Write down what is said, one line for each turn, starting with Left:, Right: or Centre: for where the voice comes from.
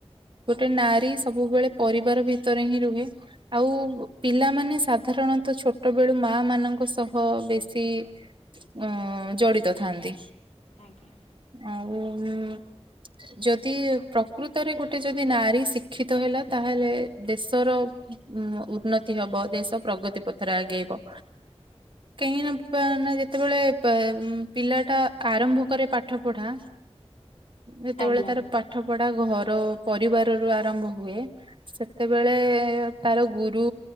Right: ଗୋଟେ ନାରୀ ସବୁବେଳେ ପରିବାର ଭିତରେ ହିଁ ରୁହେ। ଆଉ ଉ, ପିଲାମାନେ ସାଧାରଣତ ଛୋଟ ବେଳୁ ମା ମାନଙ୍କ ସହ ବେଶୀ ଅଁ, ଜଡିତ ଥାଆନ୍ତି।
Left: ଆଜ୍ଞା।
Right: ଆଉ ଉଁ, ଯଦି ପ୍ରକୃତରେ ଗୋଟେ ଯଦି ନାରୀ ଶିକ୍ଷିତ ହେଲା ତାହେଲେ ଦେଶର ଉଁ, ଉନ ଉର୍ନତି ହେବ ଦେଶ ପ୍ରଗତି ପଥରେ ଆଗେଇବ।
Left: ହଁ <inaudible>
Right: କାହିଁ ନା ପା- ନା ଯେତେବେଳେ ପେ- ଉଁ, ପିଲା ଟା ଆରମ୍ଭ କରେ ପାଠ ପଢା ଯେତେବେଳେ
Left: ଆଜ୍ଞା
Right: ତାର ପା ଠ ପଢା ଘର ପରିବାର ରୁ ଆରମ୍ଭ ହୁଏ। ସେତେବେଳେ ତାର ଗୁରୁ